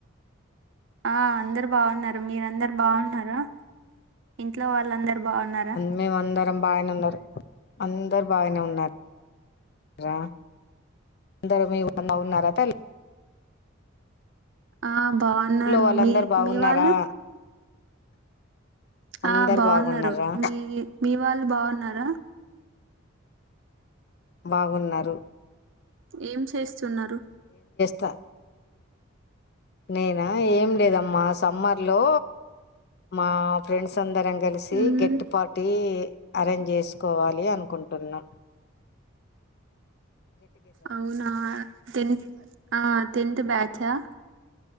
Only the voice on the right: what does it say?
ఆ అందరు బాగున్నారు మీరందరు బాగున్నారా ఇంట్లో వాళ్ళందరు బాగున్నారా
ఆ బాగున్నారు
మీ
మీ వాళ్ళు
ఆ బాగున్నారు
మీ మీ వాళ్ళు బాగున్నారా
ఏం చేస్తున్నారు
మ్మ్
అవునా టెన్త్ ఆ టెన్త్ బ్యాచ్ అ